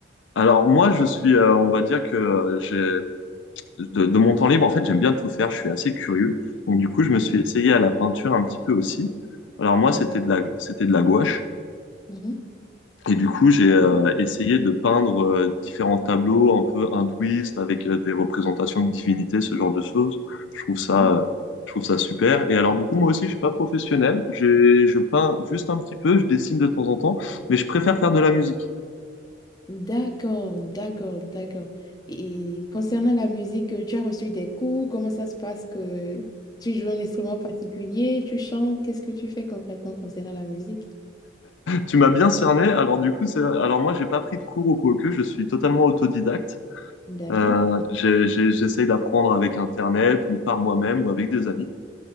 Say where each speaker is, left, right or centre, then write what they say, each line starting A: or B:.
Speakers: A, on the left (about 70°); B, on the left (about 20°).
A: Alors moi, je suis, euh, on va dire que euh, j'ai de, de mon temps libre, en fait, j'aime bien tout faire. Je suis assez curieux. Donc du coup, je
B: Mhm,
A: me suis essayé à la peinture un petit peu aussi. Alors moi,
B: D'accord.
A: c'était de la, c'était de la gouache.
B: Mhm,
A: Et du coup, j'ai
B: D'accord.
A: euh, essayé de peindre euh, différents tableaux un peu hindouistes avec euh, des représentations de divinités, ce genre de choses. Je trouve ça,
B: mhm.
A: euh, je trouve ça super. Et alors du coup, moi aussi, je suis pas professionnel. J'ai, je peins juste un petit peu, je dessine de temps en temps, mais je préfère faire de la musique.
B: D'accord, d'accord, d'accord. Et concernant la musique, euh, tu as reçu des cours? Comment ça se passe que tu joues un instrument particulier? Tu chantes? Qu'est-ce que tu fais concrètement concernant la musique?
A: Tu m'as bien cerné. Alors du coup, c'est... alors moi, j'ai pas pris de cours au Koku. Je suis totalement autodidacte.
B: D'accord,
A: Euh, j'ai- j'ai- j'essaye d'apprendre avec Internet ou par moi-même ou avec des amis.